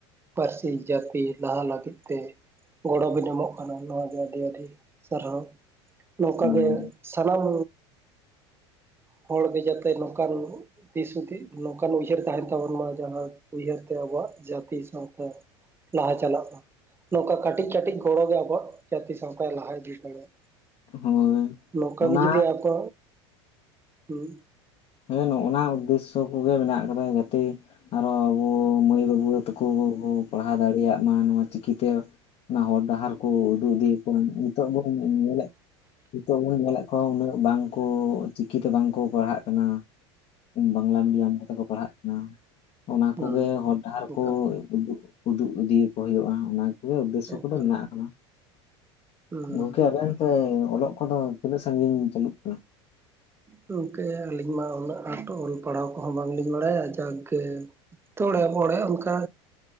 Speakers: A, on the right; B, on the left.
A: ᱯᱟᱹᱨᱥᱤ ᱡᱟᱹᱛᱤ ᱞᱟᱦᱟ ᱞᱟᱹᱜᱤᱫ ᱛᱮ ᱜᱚᱲᱚ ᱵᱤᱱ ᱮᱢᱚᱜ ᱠᱟᱱᱟ ᱱᱚᱣᱟ ᱜᱮ ᱟᱹᱰᱤ ᱟᱹᱰᱤ ᱥᱟᱨᱦᱟᱣ ᱱᱚᱝᱠᱟᱜᱮ
B: ᱦᱩᱸ
A: ᱥᱟᱱᱟᱢ ᱦᱚᱲᱜᱮ ᱡᱟᱛᱮ ᱱᱚᱠᱟᱱ ᱫᱤᱥ ᱦᱩᱫᱤ ᱱᱚᱝᱠᱟᱱ ᱩᱭᱦᱟᱹᱨ ᱛᱟᱦᱮᱱ ᱛᱟᱵᱚᱱ ᱢᱟ ᱡᱟᱦᱟᱸ ᱩᱭᱦᱟᱹᱨ ᱛᱮ ᱟᱵᱚᱣᱟᱜ ᱡᱟᱹᱛᱤ ᱥᱟᱶᱛᱟ ᱞᱟᱦᱟ ᱪᱟᱞᱟᱜ-ᱟ ᱱᱚᱝᱠᱟ ᱠᱟᱹᱴᱤᱡ ᱠᱟᱹᱴᱤᱡ ᱜᱚᱲᱚ ᱜᱮᱭᱟᱠᱚ ᱡᱟᱹᱛᱤ ᱥᱟᱶᱛ ᱞᱟᱦᱟ ᱤᱫᱤ ᱫᱟᱲᱮᱭᱟᱜ
B: ᱦᱳᱭ
A: ᱱᱚᱝᱠᱟ
B: ᱚᱱᱟ
A: ᱜᱮ ᱡᱩᱫᱤ ᱟᱠᱚ ᱦᱩᱸ
B: ᱦᱮᱸ ᱱᱚᱜ-ᱚ ᱱᱟ ᱩᱫᱽᱫᱮᱥᱥᱚ ᱠᱚᱜᱮ ᱢᱮᱱᱟᱜ ᱠᱟᱫᱟ ᱡᱟᱛᱮ ᱟᱨᱚ ᱟᱵᱚ ᱢᱟᱹᱭ ᱵᱟᱹᱵᱩ ᱛᱟᱠᱚ ᱯᱟᱲᱦᱟᱣ ᱫᱟᱲᱮᱭᱟᱜ ᱢᱟ ᱱᱚᱣᱟ ᱪᱤᱠᱤᱛᱮ ᱚᱱᱟ ᱦᱚᱨ ᱰᱟᱦᱟᱨ ᱠᱚ ᱩᱫᱩᱜ ᱫᱤᱠᱚᱣᱟ ᱱᱤᱛᱚᱜ ᱵᱚᱱ ᱧᱮᱞᱮᱫ ᱱᱤᱛᱚᱜ ᱵᱚᱱ ᱧᱮᱞᱮᱜ ᱠᱚᱣᱟ ᱩᱱᱟᱹᱜ ᱵᱟᱝᱠᱚ ᱪᱤᱠᱤᱛᱮ ᱵᱟᱝᱠᱚ ᱯᱟᱲᱦᱟᱜ ᱠᱟᱱᱟ᱾ ᱵᱟᱝᱞᱟ ᱢᱤᱰᱤᱭᱟᱢ ᱠᱚᱛᱮ ᱠᱚ ᱯᱟᱲᱦᱟᱜ ᱠᱟᱱᱟ ᱚᱱᱟᱠᱚᱜᱮ
A: ᱦᱩᱸ
B: ᱦᱚᱨ ᱰᱟᱦᱟᱨ
A: ᱦᱩᱸ ᱮᱠᱟᱞ
B: ᱠᱚ ᱩᱫᱩᱜ ᱩᱫᱩᱜ ᱤᱫᱤᱭᱟᱠᱚ ᱦᱩᱭᱩᱜ-ᱟ ᱚᱱᱟ ᱠᱚᱜᱮ ᱩᱫᱮᱥᱥᱚ
A: ᱮᱠᱟᱞ
B: ᱠᱚᱫᱚ ᱢᱮᱱᱟᱜ ᱠᱟᱫᱟ
A: ᱦᱩᱸ
B: ᱜᱚᱝᱠᱮ ᱟᱵᱮᱱ
A: ᱮᱠᱟᱞ
B: ᱛᱮ ᱚᱞᱚᱜ ᱠᱚᱫᱚ ᱛᱤᱱᱟᱹᱜ ᱥᱟᱺᱜᱤᱧ ᱪᱟᱹᱞᱩᱜ ᱠᱟᱱᱟ
A: ᱜᱚᱝᱠᱮ ᱟᱹᱞᱤᱧ ᱢᱟ ᱩᱱᱟᱹᱜ ᱟᱸᱴ ᱚᱞ ᱯᱟᱲᱦᱟᱣ ᱠᱚᱦᱚᱸ ᱵᱟᱝᱞᱤᱧ ᱵᱟᱲᱟᱭᱟ ᱡᱟᱠ ᱜᱮ ᱛᱚᱲᱮ ᱵᱚᱲᱮ ᱚᱝᱠᱟ